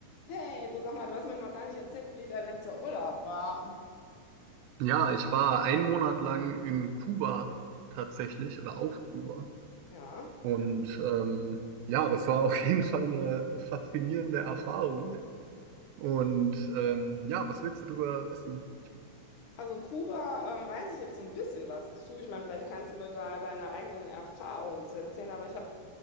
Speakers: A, on the left (about 60°); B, on the right (about 85°).
A: Hey, du sag mal, du hast mir noch gar nicht erzählt, wie dein letzter Urlaub war.
B: Ja, ich war einen Monat lang in Kuba tatsächlich oder auf Kuba.
A: Ja,
B: Und ähm, ja, das war auf jeden Fall eine faszinierende Erfahrung. Und ähm, ja, was willst du darüber wissen?
A: also Kuba, ähm, weiß ich jetzt so ein bisschen was zu. Ich meine, vielleicht kannst du mir da deine eigenen Erfahrungen zu erzählen, aber ich habe